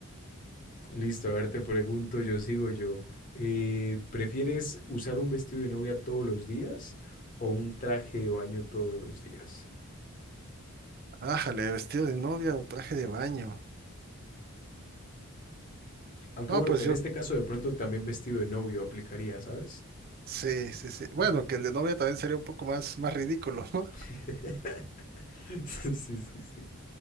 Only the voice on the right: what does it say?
Ájale, vestido de novia o traje de baño.
No,
pues
yo,
sí, sí, sí. Bueno,
que el de novia también sería un poco más, más ridículo, <laughs> ¿no?